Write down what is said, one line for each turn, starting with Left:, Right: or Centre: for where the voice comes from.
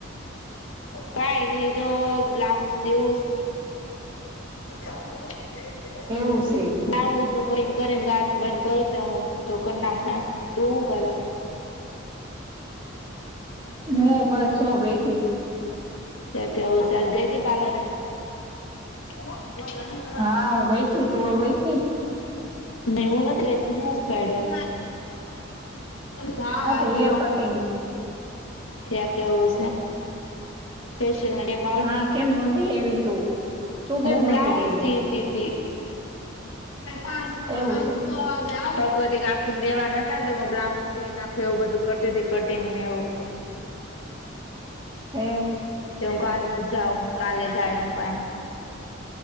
Left: કાઈ નિ જો બ્લાઉજ સ ગામ ગ ટ્રેન ક્યા કમે
Right: એવું
Left: અી
Right: છે
Left: નાું નું કઈ કરીને ઘાસ બંધ કરો તો તોોક નાખ તું હું કરસ
Right: હું બસ છ બેઠ
Left: કે હ ગઈથી પાલરે <inaudible>
Right: હા હું ગઈ છું તુંઓ ગઈથી
Left: ન ઓનત ગ તો હોસ ખડવા જા
Right: આ
Left: ભ
Right: તો હેર
Left: ગ
Right: કટિંગ
Left: ત કેવું છે એમને ફેલ
Right: હા કેમ નોતી એવી તું તું
Left: હું
Right: કેમ
Left: બ્લાઉઝ
Right: નહોતી એવી
Left: સીતી તી પાંચસ આ
Right: એવું છે
Left: સો ભગવતી કા દેવા નતા ને તો બ્લાઉઝ સીવી નાખું એવું બધું કરતી હતી કટિંગ ને એવું
Right: એક
Left: તે આજ નથી જાઓ કાલે જાય એમ